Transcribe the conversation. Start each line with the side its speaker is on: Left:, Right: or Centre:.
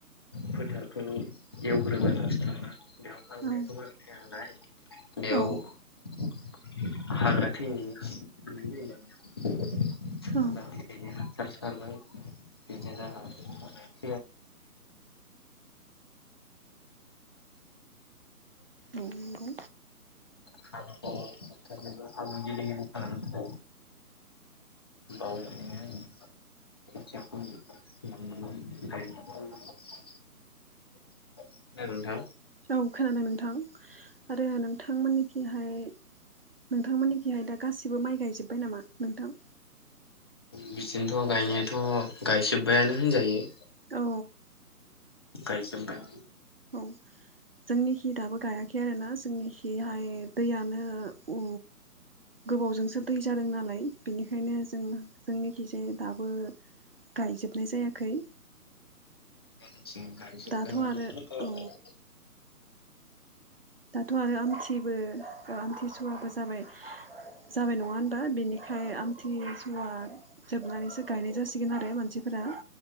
Left: फोथारखौ एवग्रोबाय फास्टावनो बेयाव हाग्रायाथ'
Right: औ
Left: बारा थाया नालाय बेयाव
Right: औ
Left: हाग्रा थैनायनि <inaudible>
Right: औ
Left: बिदिनो हासार सारबाय बिदिनो <inaudible>
Right: औ नंगौ
Left: <unintelligible> <unintelligible> गिलि गिलि खालामनो थाखाय बाव नोङो <unintelligible> खोनादों नोंथां?
Right: औ खोनादों नोंथां आरो नोंथांमोननिखिहाय नोंथांमोननिखिहाय दा गासिबो माइ गायजोब्बाय नामा नोंथां?
Left: बिदिनोथ' गायनायाथ' गायजोबबायानो होनजायो
Right: औ
Left: गायजोबबाय
Right: औ जोंनिखि दाबो गाया खै आरो ना जोंनिखिहाय दैयानो उ गोबावजोंसो दै जादों नालाय बेनिखायनो जों जोंनिखिजाय दाबो गायजोबनाय जायाखै।
Left: जोंनिथिं गायजोबबायानो
Right: दाथ' आरो
Left: <inaudible>
Right: औ दाथ' आरो आमथिबो अ आमथिसुवाबो जाबाय। जाबाय नङा होनबा दा बेनिखाय आमथिसुवा जोबनानैसो गायनाय जासिगोन आरो मानसि फोरा